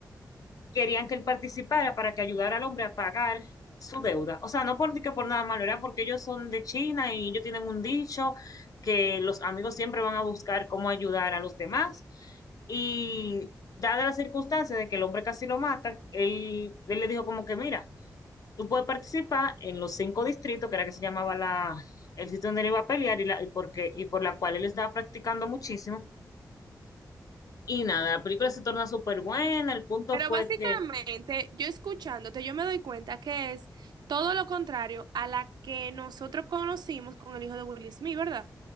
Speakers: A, on the left; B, on the right.
A: querían que él participara para que ayudara al hombre a pagar su deuda. O sea, no por, que por nada malo, era porque ellos son de China y ellos tienen un dicho que los amigos siempre van a buscar cómo ayudar a los demás. Y dada la circunstancia de que el hombre casi lo matan, él, él le dijo como que, mira, tú puedes participar en los cinco distritos, que era que se llamaba la, el sitio donde él iba a pelear y, la, y, porque, y por la cual él estaba practicando muchísimo. Y nada, la película se torna súper buena, el punto
B: Pero
A: fue
B: básicamente,
A: que
B: yo escuchándote, yo me doy cuenta que es todo lo contrario a la que nosotros conocimos con el hijo de Will Smith, ¿verdad?